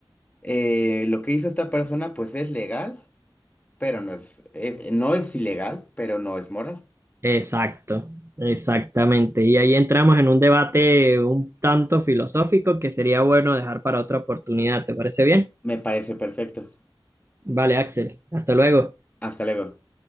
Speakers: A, on the left (about 20°); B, on the right (about 30°).
A: eh, lo que hizo esta persona, pues es legal, pero no es, es- no es ilegal, pero no es moral.
B: Exacto, exactamente. Y ahí entramos en un debate un tanto filosófico que sería bueno dejar para otra oportunidad. ¿Te parece bien?
A: Me parece perfecto.
B: Vale, Axel. Hasta luego.
A: Hasta luego.